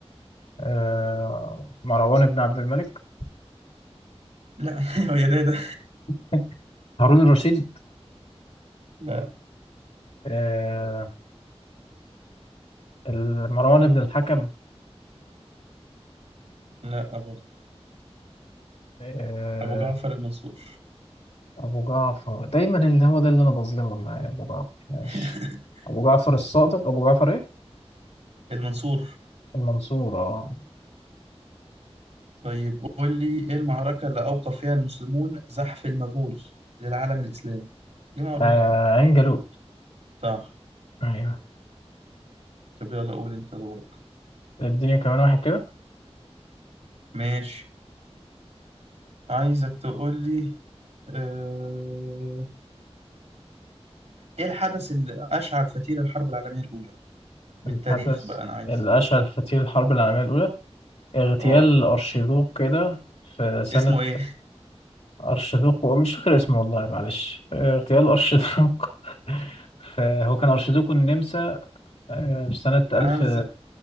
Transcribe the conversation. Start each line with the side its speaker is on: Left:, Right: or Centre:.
Left: آه مروان بن عبد الملك
Right: لا <laughs> هو يا ده ده.
Left: <laughs> هارون الرشيد
Right: <laughs> لا
Left: آه ال- مروان بن الحكم
Right: لا أبو
Left: آه
Right: أبو جعفر المنصور
Left: أبو جعفر دايما اللي هو ده اللي أنا بظلمه معايا أبو جعفر ماشي
Right: <laughs>
Left: أبو جعفر الصادق أبو جعفر إيه؟
Right: المنصور
Left: المنصور اه
Right: طيب قول لي إيه المعركة اللي أوقف فيها المسلمون زحف المغول للعالم الإسلامي دي معروفة
Left: آه
Right: بقى
Left: عين جالوت
Right: صح
Left: أيوه
Right: طب يلا قول أنت دورك
Left: اديني كمان واحد كده
Right: ماشي عايزك تقول لي آه، إيه الحدث اللي أشعل فتيل الحرب العالمية الأولى بالتاريخ
Left: الحدث
Right: بقى أنا عايز
Left: الأشهر في تاريخ الحرب العالمية الأولى اغتيال
Right: اه
Left: أرشيدوق كده في سنة
Right: اسمه ايه
Left: أرشيدوق مش فاكر اسمه والله معلش اغتيال أرشيدوق <laughs> ف- هو كان أرشيدوق النمسا آه، في سنة
Right: <laughs>
Left: ألف
Right: فرانز